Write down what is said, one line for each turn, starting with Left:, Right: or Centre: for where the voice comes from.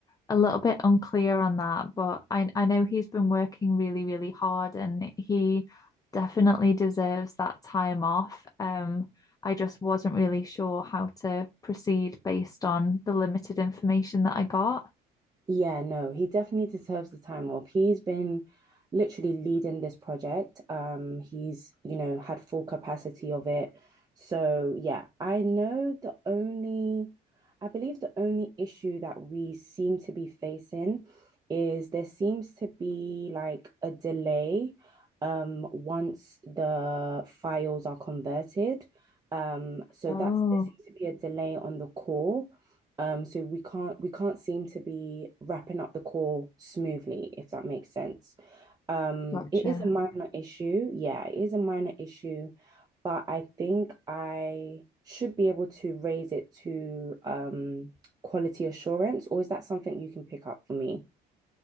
Left: a little bit unclear on that, but I I know he's been working really, really hard and he definitely deserves that time off. Um, I just wasn't really sure how to proceed based on the limited information that I got.
Right: Yeah, no, he definitely deserves the time off. He's been literally leading this project. Um, he's, you know, had full capacity of it. So, yeah, I know the only, I believe the only issue that we seem to be facing is there seems to be like a delay, um, once the files are converted. Um, so
Left: Oh,
Right: that's there seems to be a delay on the core. Um, so we can't we can't seem to be wrapping up the call smoothly, if that makes sense. Um,
Left: gotcha.
Right: it is a minor issue. Yeah, it is a minor issue, but I think I should be able to raise it to um quality assurance, or is that something you can pick up for me?